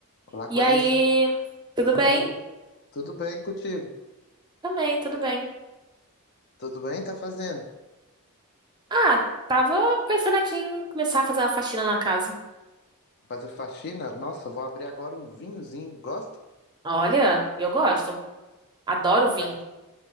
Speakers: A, on the left; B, on the right.
A: Olá,
B: E
A: Clarissa.
B: aí, tudo bem?
A: Hum, tudo bem contigo?
B: Também, tudo bem.
A: Tudo bem? Tá fazendo?
B: Ah, tava pensando aqui em começar a fazer uma faxina na casa.
A: Fazer faxina? Nossa, vou abrir agora um vinhozinho. Gosta?
B: Olha, eu gosto. Adoro vinho.
A: Cara,